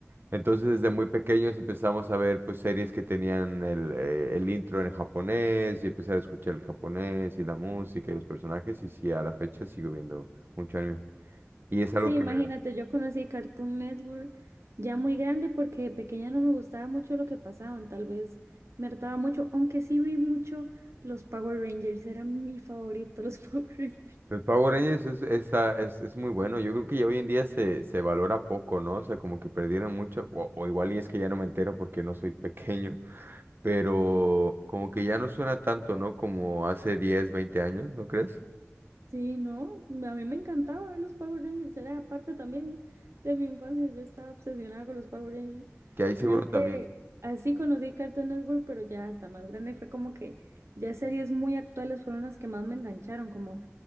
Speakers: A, on the right; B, on the right.
A: Entonces, desde muy pequeños empezamos a ver pues series que tenían el, eh, el intro en japonés y empezar a escuchar el japonés y la música y los personajes y sí, a la fecha sigo viendo mucho anime. Y es algo
B: Sí,
A: que
B: imagínate,
A: me da.
B: yo conocí Cartoon Network ya muy grande porque de pequeña no me gustaba mucho lo que pasaban, tal vez me hartaba mucho, aunque sí vi mucho los Power Rangers, eran mi favorito los <laughs> Power Rangers.
A: Los Power Rangers es, está- es, es muy bueno. Yo creo que ya hoy en día se, se valora poco, ¿no? O sea, como que perdieron mucho. O, o igual y es que ya no me entero porque no soy pequeño. Pero como que ya no suena tanto, ¿no? Como hace 10 20 años, ¿no crees?
B: Sí, no, a mí me encantaba ver los Power Rangers, era parte también de mi infancia, yo estaba obsesionada con los Power Rangers.
A: Que ahí seguro
B: Creo que
A: también
B: así conocí Cartoon Network, pero ya hasta más grande fue como que ya series muy actuales fueron las que más me engancharon, como